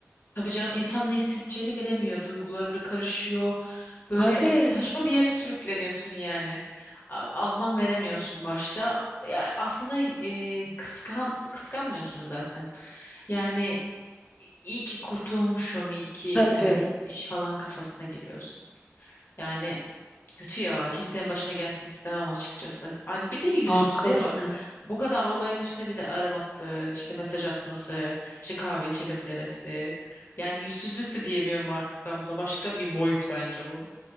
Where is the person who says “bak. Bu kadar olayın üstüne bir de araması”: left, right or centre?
Left